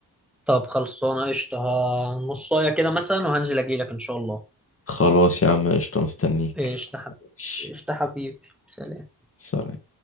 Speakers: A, in the centre; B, on the left (about 35°).
A: طب خلصانه قشطه ها- نصايه كده مثلا وهنزل اجيلك ان شاء الله
B: خلاص يا عم قشطه مستنيك
A: قشطه حبيبي
B: ماشي.
A: قشطه حبيبي سلام
B: سلام